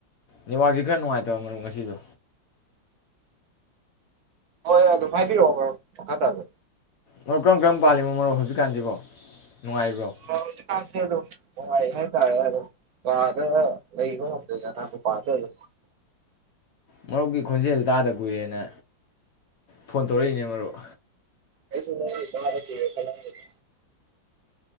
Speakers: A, on the left; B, on the right.
A: ꯅꯦꯋꯥꯛꯁꯦ ꯈꯔ ꯅꯨꯡꯉꯥꯏꯇꯕ ꯃꯔꯨꯞ ꯉꯁꯤꯗꯨ
B: ꯍꯣꯏ ꯍꯣꯏ ꯑꯗꯨꯝ ꯍꯥꯏꯕꯤꯔꯛꯑꯣ ꯃꯔꯨꯞ ꯃꯈꯥ ꯇꯥꯕꯤꯌꯨ
A: ꯃꯔꯨꯞ ꯀꯔꯝ ꯀꯔꯝ ꯄꯥꯜꯂꯤꯅꯣ ꯃꯔꯨꯞ ꯍꯧꯖꯤꯛꯀꯥꯟꯁꯤꯕꯣ ꯅꯨꯡꯉꯥꯏꯔꯤꯕ꯭ꯔꯣ
B: ꯍꯣ ꯍꯧꯖꯤꯛ ꯀꯥꯟꯁꯦ ꯑꯗꯨꯝ ꯅꯨꯡꯉꯥꯏꯔꯤ ꯍꯥꯏꯇꯥꯔꯦ ꯑꯗꯨꯝ ꯀꯥꯗ ꯂꯩꯕ ꯉꯝꯗꯗꯅꯥ ꯃꯄꯥꯟꯗ ꯑꯗꯨꯝ
A: ꯃꯔꯨꯞꯀꯤ ꯈꯣꯟꯖꯦꯜ ꯇꯥꯗ ꯀꯨꯏꯔꯦꯅ ꯐꯣꯟ ꯇꯧꯔꯛꯏꯅꯦ ꯃꯔꯨꯞ
B: ꯑꯩꯁꯨ ꯅꯪꯒꯤ ꯇꯥꯗ ꯀꯨꯏꯔꯦ ꯈꯜꯂꯝꯃꯤꯅꯦ